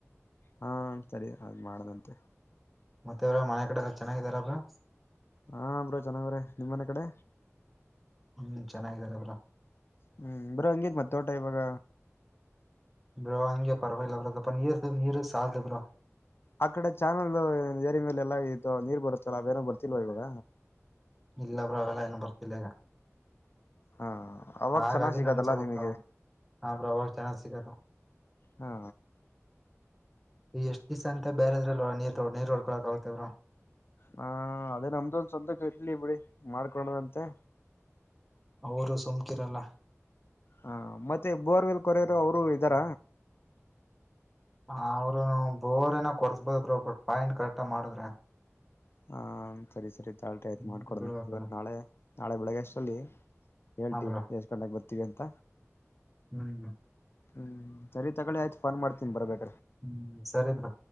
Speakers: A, on the left; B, in the centre.
A: ಹಾ ಸರಿ ಅಲ್ ಮಾಡದಂತೆ
B: ಮತ್ತ ಇವ್ರ ಮನೆ ಕಡೆಲ್ಲ ಚೆನ್ನಾಗಿದಾರ ಬ್ರೋ
A: ಹಾ ಬ್ರೋ ಚೆನ್ನಾಗ್ರೆ ನಿಮ್ಮ ಮನೆ ಕಡೆ
B: ಹ್ಮ್ ಚೆನ್ನಾಗಿದ್ದರೆ ಬ್ರೋ
A: ಹ್ಮ್ ಬ್ರೋ ಹಂಗಿತ್ ಮತ್ ತೋಟ ಇವಾಗ
B: ಬ್ರೋ ಹಂಗೆ ಪರವಾಗಿಲ್ಲ ಬ್ರೋ ಸಪ್ಪ ನೀರ್ ನೀರು ಸಾಲ್ದ ಬ್ರೋ
A: ಆ ಕಡೆ ಚಾನಲ್ ಏರಿ ಮೇಲೆ ಎಲ್ಲ ಇದು ನೀರ್ ಬರುತ್ತಲ್ಲ ಬೇರೆ ಬರ್ತಿಲ್ವ ಇವಾಗ.
B: ಇಲ್ಲ ಬ್ರೋ ಅವೆಲ್ಲ ಎನ್ ಬರ್ಥಿಲ್ಲಿಗ
A: ಹಾ ಅವಾಗ
B: ಹಾಗಾಗಿ
A: ಚೆನ್ನಾಗ್ ಸಿಗದಲ್ಲ
B: ನಮಸ <unintelligible>
A: ನಿಮಗೆ
B: ಅವಾಗ ಚೆನ್ನಾಗ್ ಸಿಗದ
A: ಹಾ
B: ಎಷ್ಟ್ ದಿವ್ಸ ಅಂತ ಬೇರೆದ್ರಲ್ಲಿ ನೀ ನೀರ್ ಡ್ಕೊಳಕ್ ಆಾಗತೇವ್ರು
A: ಹಾ ಅದೇ ನಮ್ದೊಂದ್ ಸ್ವಂತ ಇರ್ಲಿ ಬಿಡಿ ಮಾಡ್ಕೊಂಡದಂತೆ
B: ಅವರು ಸುಮ್ಕಿರಲ್ಲ
A: ಹಾ ಮತ್ತೆ ಬೋರ್ವೆಲ್ ಕೊರೆಯರು ಅವರು ಇದ್ದಾರ
B: ಹ ಅವರ ಬೋರ್ ಏನ ಕೊರ್ಸ್ಬೋದ ಬ್ರೋ ಬಟ್ ಪಾಯಿಂಟ್ ಕರೆಕ್ಟ್ ಮಾಡದ್ರೆ
A: ಹ ಸರಿ ಸರಿ ತಾಳರಿ ಆಯ್ತು ಮಾಡ್ಕೊತ್ತೆನ
B: ನೀರ್ ಬಿಡ್ಬೇಕಲ್ಲ
A: ಇವತ್ ನಾಳೆ ನಾಳೆ ಬೆಳಗ್ಗೆ ಅಷ್ಟರಲ್ಲಿ ಹೇಳ್ತೀವಿ
B: ಹಾ ಬ್ರೋ
A: ಎಸ್ಟ ಗಂಟೆಗ ಬರ್ತೀವಿ ಅಂತ
B: ಹ್ಮ್ ಹ್ಮ
A: ಹ್ಮ್ ಸರಿ ತಗಳಿ ಆಯ್ತು ಫೋನ್ ಮಾಡ್ತನಿ ಬರಬೇಕು
B: ಹ್ಮ್ ಸರಿ ಬ್ರೋ